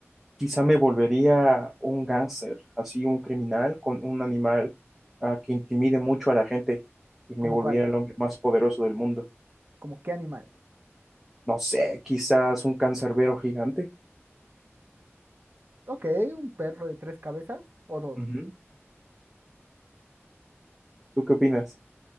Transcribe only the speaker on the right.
¿Como
cuál?
¿Como qué animal?
Ok, un perro de tres cabezas o dos.